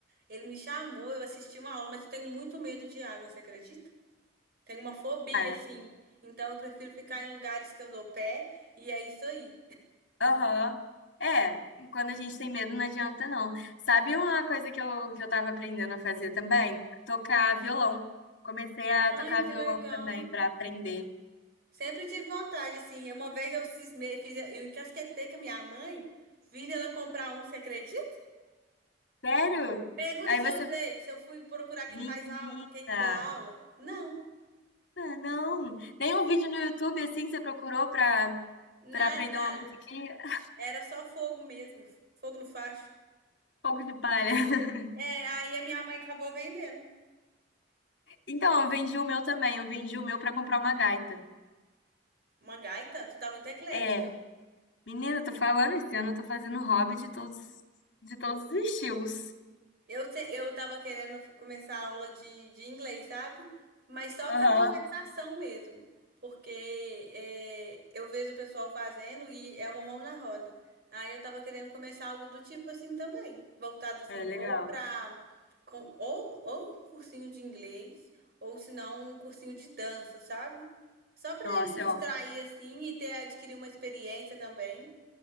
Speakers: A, on the right; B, on the left.
A: Ele me chamou, eu assisti uma aula, mas eu tenho muito medo de água, você acredita? Tenho uma fobia,
B: cara.
A: assim. Então eu prefiro ficar em lugares que eu dou pé e é isso aí.
B: Aham. É, e quando a gente tem medo não adianta não. Sabe uma coisa que eu, que eu tava aprendendo a fazer também? Tocar violão. Comecei a
A: Ai,
B: tocar
A: que
B: violão
A: legal.
B: também pra aprender.
A: Sempre tive vontade, assim. Uma vez eu cismei, fiz, eu encasquetei com a minha mãe, fiz ela comprar um, você acredita?
B: Sério?
A: Pergunta
B: Aí
A: se
B: você,
A: eu usei, se eu fui procurar quem
B: menina.
A: faz aula, quem me dá aula. Não,
B: Ah, Não, nenhum vídeo no YouTube assim você procurou pra,
A: nada.
B: pra aprender uma musiquinha? <laughs>
A: Era só fogo mesmo, fogo no facho.
B: Pouco de palha. <laughs>
A: É, aí a minha mãe acabou vendendo.
B: Então, eu vendi o meu também, eu vendi o meu pra comprar uma gaita.
A: Uma gaita, tu tá muito eclética.
B: É, menina, eu tô falando esse ano, eu tô fazendo hobby de todos, de todos os estilos.
A: Eu, te- eu tava querendo começar a aula de, de inglês, sabe? Mas só
B: Aham.
A: para conversação mesmo. Porque é, eu vejo o pessoal fazendo e é uma mão na roda. Aí eu tava querendo começar algo do tipo assim também. Voltado assim,
B: É legal.
A: ou pra. Com, ou, ou um cursinho de inglês, ou se não, um cursinho de dança, sabe? Só pra
B: Nossa,
A: gente distrair
B: é, ó.
A: assim e ter adquirir uma experiência também.